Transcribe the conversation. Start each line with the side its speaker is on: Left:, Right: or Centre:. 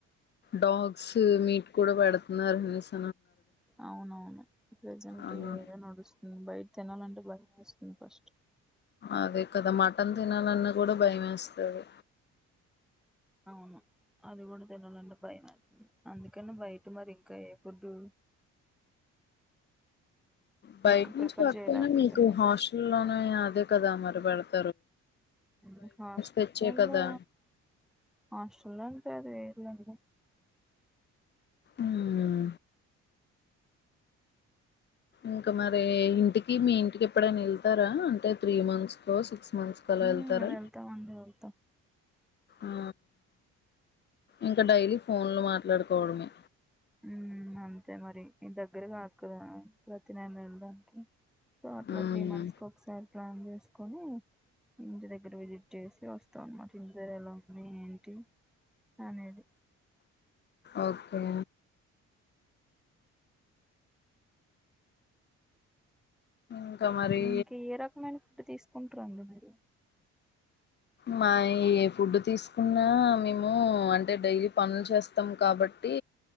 Left: డాగ్స్ మీట్ కూడా పెడుతున్నారనేసి
Centre: అవునవును ప్రెజెంట్
Left: అవును
Centre: అదే నడుస్తుంది. తినాలంటే భయంవేస్తుంది ఫస్ట్
Left: అదే కదా మటన్ తినాలన్న కూడా భయం వేస్తది.
Centre: అవును అది కూడా తినాలంటే భయమేత్తుంది. అందుకని బయట మరి ఇంకా ఏ ఫుడ్డు
Left: బయట
Centre: ఎక్కువ
Left: నుంచి
Centre: ప్రిఫర్
Left: కాకపోయినా
Centre: చేయలేకపోతున్నా
Left: మీకు హాస్టల్లోనే అదే కదా మరి వెడత
Centre: ఉ హాస్టల్లో
Left: తెచ్చే కదా
Centre: హాస్టల్లో ఉంటే అది వేరులేండి
Left: ఊమ్ ఇంకా మరి ఇంటికి మీ ఇంటికి ఎప్పుడైనా వెళ్తారా అంటే త్రీ మంత్స్ కో సిక్స్ మంత్స్ కో అలా
Centre: మ్మ్
Left: వెళ్తారా
Centre: వెళ్తామండి వెళ్తాం
Left: ఆ ఇంకా డైలీ ఫోన్లు మాట్లాడుకోవడమే
Centre: ఉమ్ అంతే మరి మీ దగ్గర కాదు కదా ప్రతి మంత్ వెళ్ళడానికి సో అట్లా
Left: మ్మ్
Centre: త్రీ మంత్స్ కో ఒకసారి ప్లాన్ చేస్ కొని ఇంటి దగ్గర విజిట్ చేసి వస్తాం అన్నమాట ఇంటి దగ్గర ఎలాఉన్నాయ్ ఏంటి అనేది
Left: ఓకే ఇంకా మరి
Centre: ఇంకా ఏ రకమైన ఫుడ్ తీసుకుంటారండి మీరు
Left: మాయ్యి ఏ ఫుడ్ తీసుకున్న మేము అంటే డైలీ పనులు చేస్తాం కాబట్టి